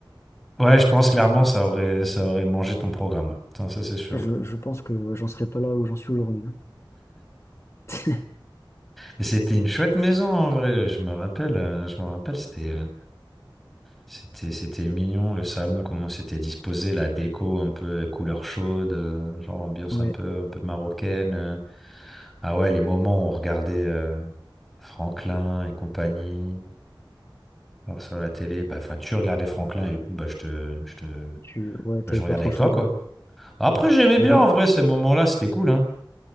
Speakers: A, in the centre; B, on the left.
A: Ouais, je pense clairement, ça aurait, ça aurait mangé ton programme. Putain, ça, c'est sûr.
B: Je, je pense que ouais, j'en serais pas là où j'en suis aujourd'hui. hein. <laughs>
A: Mais c'était une chouette maison, en vrai. Je me rappelle, euh, je me rappelle, c'était. euh, C'était, c'était mignon, le salon, comment c'était disposé, la déco un peu couleur chaude, euh, genre ambiance
B: Ouais,
A: un peu, un peu marocaine. euh. Ah ouais, les moments où on regardait euh, Franklin et compagnie alors sur la télé, bah, enfin, tu regardais Franklin et du coup, bah, je te, je te,
B: tu ouais, t'avais
A: bah, je regardais
B: pas trop
A: avec
B: le
A: toi,
B: choix,
A: quoi.
B: toi.
A: Après, j'aimais bien,
B: Et je, me
A: en vrai, ces moments-là, c'était cool, hein.